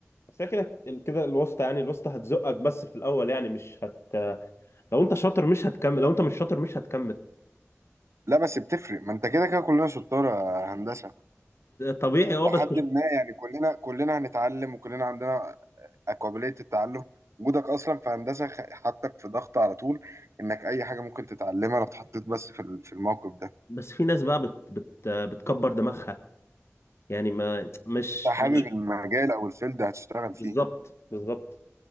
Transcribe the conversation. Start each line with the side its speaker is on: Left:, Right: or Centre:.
Left: بس هي كده كده الوسطى يعني الوسطى هتزقك بس في الاول يعني مش هت لو انت شاطر مش هتكمل لو انت مش شاطر مش هتكمل
Right: لا بس بتفرق ما انت كده كده كلنا شطار يا هندسة
Left: طبيعي اه
Right: لحد
Left: بس
Right: ما يعني كلنا كلنا هنتعلم وكلنا عندنا قابلية التعلم وجودك اصلا في هندسة خ- حطك في ضغط على طول انك اي حاجة ممكن تتعلمها لو اتحطيت بس في ال- في الموقف ده
Left: بس في ناس بقى بت بت بتكبر دماغها يعني ما مش
Right: انت
Left: فاهم.
Right: حابب المجال او الفيلد هتشتغل
Left: بالظبط
Right: فيه
Left: بالظبط